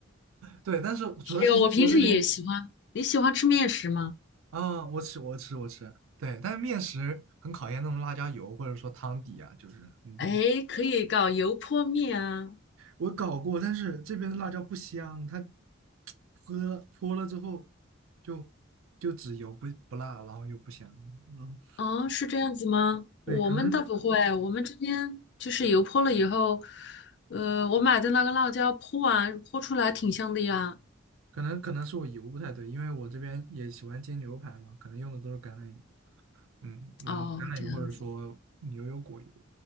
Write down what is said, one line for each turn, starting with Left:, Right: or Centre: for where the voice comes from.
Right: 对，但是主要是英国这边，
Left: 还有，我平时也喜欢。你喜欢吃面食吗？
Right: 嗯，我吃我吃我吃，对，但是面食很考验那种辣椒油或者说汤底啊，就是你懂，
Left: 哎，可以搞油泼面啊。
Right: 我搞过，但是这边的辣椒不香，它泼了泼了之后就就只油不不辣，然后又不香。嗯，
Left: 哦，是这样子吗？
Right: 对，
Left: 我们倒不会，
Right: 可能
Left: 我们这边就是油泼了以后，呃，我买的那个辣椒泼完泼出来挺香的呀。
Right: 可能可能是我油不太对，因为我这边也喜欢煎牛排嘛，可能用的都是橄榄油。嗯，然后橄榄油或者说牛油果油，
Left: 哦，这样子，